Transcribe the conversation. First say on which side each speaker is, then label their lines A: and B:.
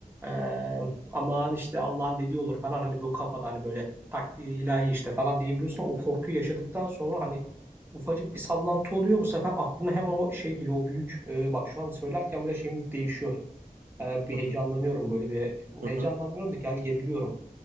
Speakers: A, on the right; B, on the right.
A: Ee, aman işte Allah'ın dediği olur falan hani bu kafada hani böyle takdir ilahi işte falan diyebiliyorsun. ama O korkuyu yaşadıktan sonra hani ufacık
B: Hı
A: bir sallantı oluyor. Bu sefer aklına hemen o şey geliyor. O büyük. e, bak şu an söylerken bile şeyim değişiyor. E, bir
B: hı,
A: heyecanlanıyorum böyle bir.
B: hı
A: Heyecanlanmıyorum
B: hı,
A: da gel geriliyorum.